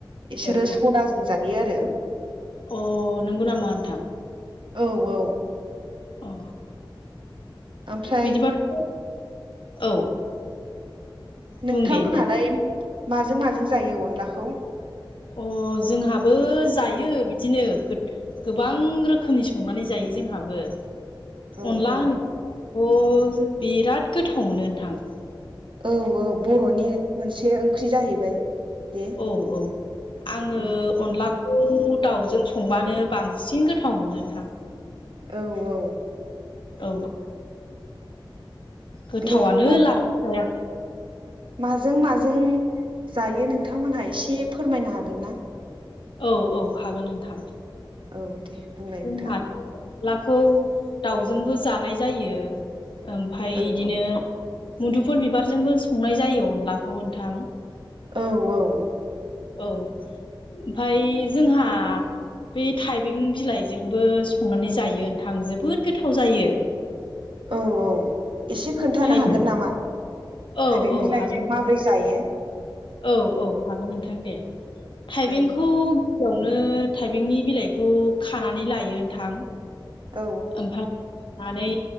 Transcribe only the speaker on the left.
औ औ
अ नंगौ नामा नोंथां
अ
बिदिबाथ' औ बुं
दे नोंथां
अ जोंहाबो जायो बिदिनो गोबां रोखोमनि संनानै जायो। जोंहाबो
अनला
होनोबथ बिराद गोथाव मोनो नोंथां
औ औ आङो
अनला खौ दाउजों संबानो बांसिन गोथाव मोनो नोंथां
औ गोथावानो
लाखिखाया
औ औ हागोन नोंथां
जोंहाथ'
अनलाखौ दावजोंबो जानाय जायो ओमफाय
बिदिनो
मुदुफुल बिबारजोंबो संनाय जायो अनलाखौ नोंथां
औ ओमफ्राय जोंहा बै थाइबें बिलाइजोंबो संनानै जायो नोंथां जोबोद गोथाव जायो
थाइबें
औ
औ
हागोन
औ औ हागोन नोंथां दे थाइबेंखौ
गिबियावनो थाइबेंनि बिलाइखौ खानानै लायो नोंथां
ओमफाय सुनानै